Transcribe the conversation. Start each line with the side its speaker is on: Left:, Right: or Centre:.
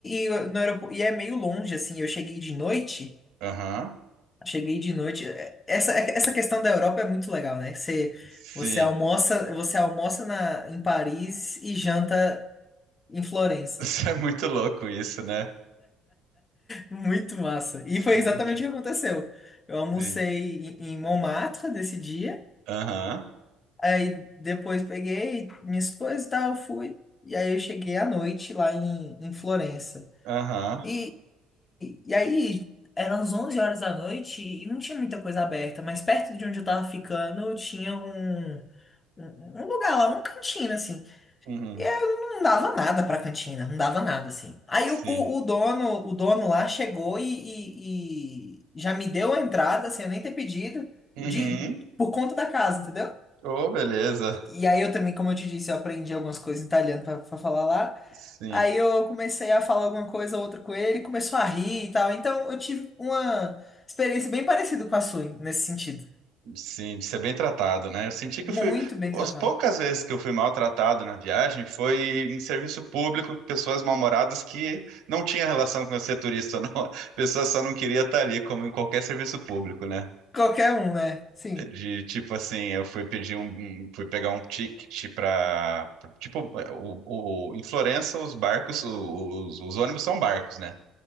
Left: e, e no aeroporto, e é meio longe, assim. Eu cheguei de noite.
Right: Aham.
Left: Cheguei de noite. é- Essa, é, essa questão da Europa é muito legal, né? Você,
Right: Sim.
Left: você almoça, você almoça na, em Paris e janta em Florença.
Right: <laughs> Isso é muito louco isso, né?
Left: Muito massa. E foi
Right: Muito,
Left: exatamente o que aconteceu. Eu almocei
Right: sim.
Left: em em Montmartre nesse dia,
Right: Aham,
Left: aí depois peguei minhas coisas e tal, fui. E aí eu cheguei à noite lá em, em Florença.
Right: aham,
Left: E, e, e, e aí eram as 11 horas da noite e não tinha muita coisa aberta, mas perto de onde eu tava ficando tinha um, um, um lugar lá, um cantinho assim,
Right: uhum,
Left: e eu não dava nada pra cantina, não dava nada, assim. Aí
Right: sim.
Left: o, o, o dono, o dono lá chegou e, e- e já me deu a entrada, sem eu nem ter pedido,
Right: Uhum.
Left: de, por conta da casa, entendeu?
Right: Oh, beleza.
Left: E aí eu também, como eu te disse, eu aprendi algumas coisas em italiano pra, pra falar lá.
Right: Sim,
Left: Aí eu comecei a falar alguma coisa ou outra com ele, começou a rir e tal. Então eu tive uma experiência bem parecida com a sua, nesse sentido.
Right: sim, de ser bem tratado, né? Eu senti que
Left: Muito
Right: eu fui.
Left: bem
Right: As
Left: tratado.
Right: poucas vezes que eu fui maltratado na viagem foi em serviço público, pessoas mal-humoradas que não tinha relação com eu ser turista, <laughs> ou não. A pessoa só não queria estar ali, como em qualquer serviço público, né?
Left: Qualquer um, né? Sim.
Right: De tipo assim, eu fui pedir um, um- fui pegar um ticket pra, pra- tipo, o, o- em Florença os barcos, os, os ônibus são barcos, né?